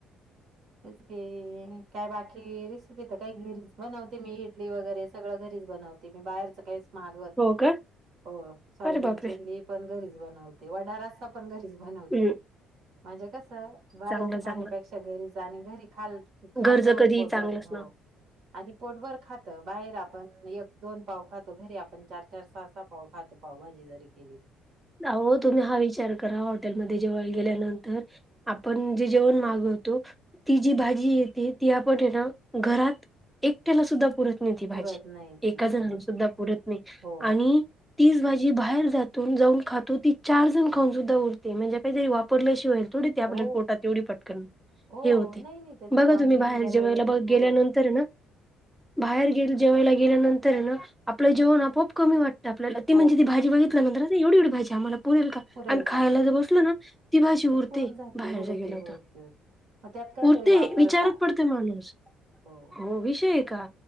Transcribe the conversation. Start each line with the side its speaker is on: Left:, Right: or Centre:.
Right: रेसिपी काय बाकी रेसिपी तर काय घरीच बनवते मी इडली वगैरे सगळं घरीच बनवते. बनवते मी बाहेरचं कायच मागवत
Centre: हो
Right: नाही
Centre: का?
Right: हो सोयाबीन
Centre: अरे बापरे!
Right: चिली पण घरीच बनवते. वडा रस्सा पण पण घरीच बनवते
Centre: हम्म
Right: म्हणजे कस बाहेरच
Centre: चांगलं चांगलं
Right: खाण्या पेक्षा घरीच आणि घरी खाल खात
Centre: घरचं
Right: वर
Centre: कधीही
Right: पोट
Centre: चांगलंच
Right: भरल हो
Centre: ना.
Right: आणि पोटभर खात बाहेर आपण एक दोन पाव खातो घरी आपण चार चार सहा सहा पाव खातो पावभाजी जरी केली
Centre: आओ तुम्ही हा विचार करा हॉटेल मध्ये जेवाय गेल्या नंतर आपण जे जेवण मागवतो ती जी भाजी येते ती आपण हे ना घरात एकट्याला सुद्धा पुरत नाही ती
Right: पुरत
Centre: भाजी
Right: नाही
Centre: एका
Right: ती
Centre: जणाला
Right: पुरत
Centre: सुद्धा पुरत नाही
Right: हो
Centre: आणि तीच भाजी बाहेर जातो जाऊन खातो ती चार जण खाऊन सुद्धा उरते म्हणजे काहीतरी वापरल्या शिवाईल थोडी ते
Right: हो
Centre: आपल्याल पोटात तेवढी पटकन
Right: हो
Centre: हे होते
Right: नाही नाही त्यात
Centre: बघा
Right: वा
Centre: तुम्ही
Right: विनेगर
Centre: बाहेर जेवायला
Right: वगैरे
Centre: बघ
Right: हो
Centre: गेल्यानंतर हाय ना बाहेर गेल जेवायला गेल्यानंतर हाय ना आपल्याला जेवण आपोप कमी वाटतं आपल्याला ती
Right: हो
Centre: म्हणजे ती भाजी बघित <inaudible> बघितल्या नंतर ना ती एवढी एवढी भाजी आम्हाला पुरेल का
Right: पुरेल
Centre: आणि खायला
Right: का
Centre: ज बसलना ती भाजी उरते
Right: तो पुरून जाते
Centre: बाहेर
Right: उरते
Centre: ज गेलं
Right: उरते
Centre: तर
Right: उरते. मग त्यात काहीतरी
Centre: पुरते
Right: वापरता
Centre: विचारत पडतोय माणूस
Right: हो
Centre: म विषय हाय का